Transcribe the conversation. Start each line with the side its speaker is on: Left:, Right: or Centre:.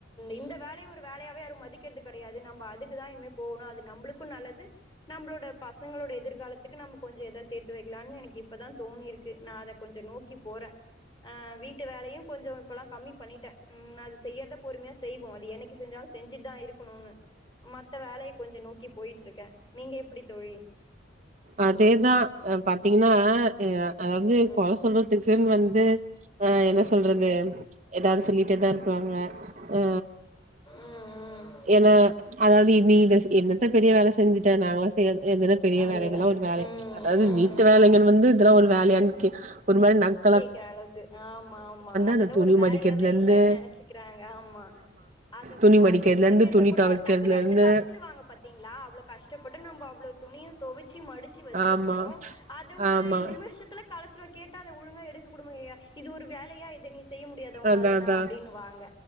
Left: இந்த வேல ஒரு வேலையாவே யாரு மதிக்கிறது கெடையாது நம்ம அதுக்குதா இனிமே போணு அது நம்மளுக்கு நல்லது நம்மளோட பசங்களோட எதிர்காலத்துக்கு நம்ம கொஞ்ச எதா சேத்து சேத்து வைக்கலானு எனக்கு இப்பதா தோணி இருக்கு நா அத கொஞ்ச நோக்கி போறே அ வீட்டு வேலையு கொஞ்சோ இப்பல்லா கம்மி பண்ணிட்டே ம் அது செய்யறத பொறுமையா செய்வோ அது என்னைக் செஞ்சாலு செஞ்சுட்டு தா இருக்கணுனு மத்த வேலைய கொஞ்சோ நோக்கி போயிட்டு இருக்கே நீங்க எப்டி தோழி
Right: அதேதா அ பக் பாத்தீங்கன்னா அ அதாவது
Left: ம்
Right: கொற சொல்றதுக்குன்னு
Left: ம் ம்
Right: வந்து அ என்ன சொல்றது ஏதாது சொல்லிட்டே தா இருப்பாங்க அ
Left: ம்
Right: என்ன அதாது <unintelligible> என்ன என்னத்த பெரிய வேல செஞ்சுட்ட நாங்களா செய்யாதது எதுன பெரிய
Left: அதேதா
Right: வேல இதெல்லா ஒரு வேலையா
Left: ம் ம்
Right: அதாது
Left: ஆமா
Right: வீட்டு வேலைங்க வந்து இதல்லா ஒரு வேலைய க்கு ஒரு மாரி நக்
Left: கேக்குற அளவுக்கு ஆமா ஆமா அதெல்லா
Right: அந்த துணி
Left: ஒரு வேலையாவே
Right: மடிக்கிறதுல இருந்து
Left: இல்லன்னு நெனைச்சக்றாங்க ஆமா அத
Right: துணி
Left: மடிச்சு
Right: மடிக்கிறதுல
Left: வைக்றத
Right: இருந்து துணி
Left: கூட
Right: தொவைக்கிறதுல
Left: டக்குன்னு எடுத்து
Right: இருந்து
Left: களைச்சிருவாங்க பாத் பாத்தீங்களா அவ்ளோ கஷ்டப்பட்டு நம்ப அவ்ள துணிய துவச்சு மடிச்சு மடிச்சு வச்சிருப்போ
Right: ஆமா
Left: அத ஒரு
Right: ஆமா
Left: நிமிஷத்துல கலச்சிட கேட் ஒழுங்கா எடுக்க கூட முடியாதா இது ஒரு வேலையா இத நீ செய்ய முடியாத உன்னால
Right: அதா அதா
Left: நா அப்டின்னு வாங்க